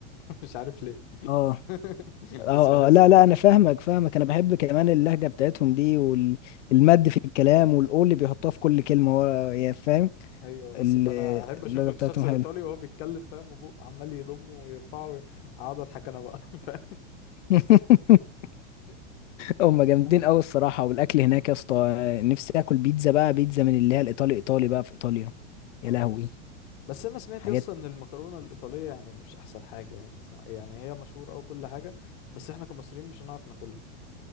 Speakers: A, on the left; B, on the left.
A: <laughs> مش عارف ليه
B: اه
A: <laughs>
B: اه
A: بس بحس
B: اه لا لا انا فاهمك فاهمك انا بحب كمان اللهجه بتاعتهم دي والمد في الكلام والاو اللي بيحطوها في كل كلمه ورا يعني فاهم
A: ايوه بس
B: ال-
A: فانا احب اشوف
B: اللهجه
A: الشخص
B: بتاعتهم
A: الايطالي
B: حلوه
A: وهو بيتكلم فاهم وبقه عمال يضمه ويرفعه وي- اقعد اضحك انا بقى <laughs> فاهم
B: <laughs> هم جامدين قوي الصراحه والاكل هناك يا اسطى نفسي اكل بيتزا بقى بيتزا من اللي هي الايطالي ايطالي بقى في ايطاليا يا
A: اه
B: لهوي
A: يس بس انا سمعت
B: حاجات
A: اصلا ان المكرونه الايطاليه يعني مش احسن حاجه يعني صح يعني هي مشهوره او كل حاجه بس احنا كمصريين مش هنعرف ناكلها